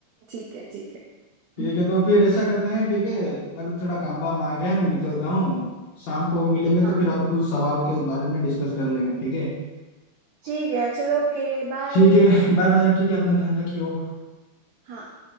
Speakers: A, on the right; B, on the left.
A: ठीक है ठीक है
B: ठीक है तो फिर ऐसा करते हैं ठीक है मतलब थोड़ा काम वाम आ गया मैं निकलता हूँ शाम को मिलेंगे तो
A: हाँ
B: फिर और कुछ सवाल के बारे में डिस्कस कर लेंगे ठीक है
A: ठीक है चलो ओके बाय
B: ठीक है बाय बाय ठीक है अपना ध्यान रखियो
A: हाँ